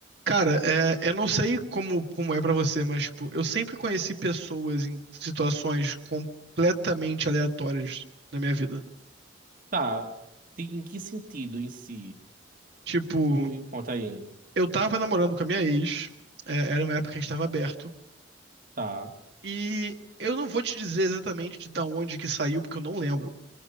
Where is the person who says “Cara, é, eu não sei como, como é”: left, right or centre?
Right